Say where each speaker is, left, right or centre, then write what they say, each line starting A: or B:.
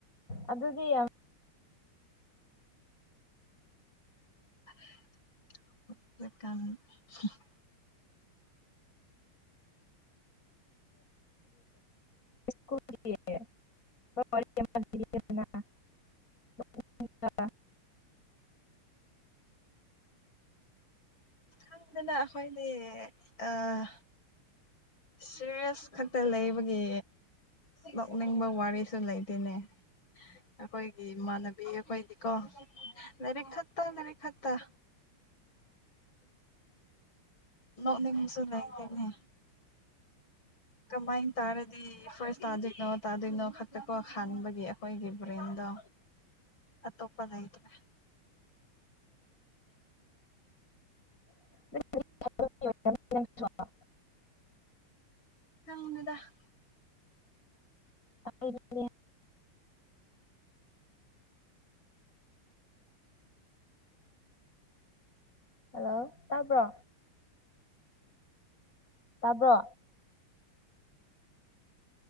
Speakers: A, on the left; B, on the left.
A: ꯑꯗꯨꯗꯤ ꯌꯥꯝ
B: <unintelligible> <unintelligible> <inaudible>
A: <unintelligible> <unintelligible> <inaudible>
B: ꯑꯪꯗꯅ ꯑꯩꯈꯣꯏꯅꯦ ꯑꯥ ꯁꯦꯔꯤꯌꯦꯁ ꯈꯛꯇ ꯂꯩꯕꯒꯤ ꯅꯣꯛꯅꯤꯡꯕ ꯋꯥꯔꯤꯁꯨ ꯂꯩꯇꯦꯅꯦ ꯑꯈꯣꯏꯒꯤ ꯏꯃꯥꯟꯅꯕꯤ ꯑꯩꯈꯣꯏꯗꯤꯀꯣ ꯂꯥꯏꯔꯤꯛ ꯈꯠꯇꯪ ꯂꯥꯏꯅꯔꯤꯛ ꯈꯠꯇ ꯅꯣꯅꯤꯡꯉꯁꯨ ꯂꯩꯇꯦꯅꯦ ꯀꯃꯥꯏ ꯇꯥꯔꯗꯤ ꯐꯥꯔꯁ ꯇꯥꯗꯣꯏꯅꯣ ꯇꯥꯗꯣꯏꯅꯣ ꯈꯛꯇꯀꯣ ꯈꯥꯟꯕꯒꯤ ꯑꯩꯈꯣꯏꯒꯤ ꯕ꯭ꯔꯦꯟꯗꯣ ꯑ ꯇꯣꯄꯂꯩꯏꯇ꯭ꯔꯦ
A: <unintelligible>
B: <unintelligible>
A: <unintelligible> ꯍꯜꯂꯣ ꯇꯥꯕ꯭ꯔꯣ ꯇꯥꯕ꯭ꯔꯣ